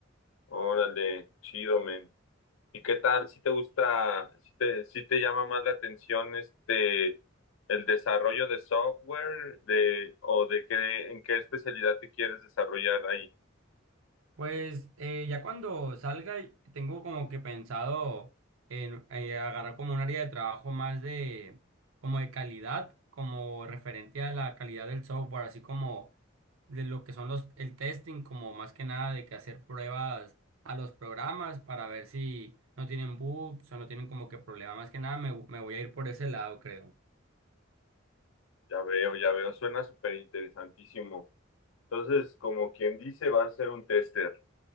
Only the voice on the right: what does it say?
Pues eh, ya cuando salga, y tengo como que pensado en eh, agarrar como un área de trabajo más de, como de calidad, como referente a la calidad del software, así como de lo que son los, el testing, como más que nada de que hacer pruebas a los programas para ver si no tienen bugs o no tienen como que problemas. Más que nada me, me voy a ir por ese lado, creo.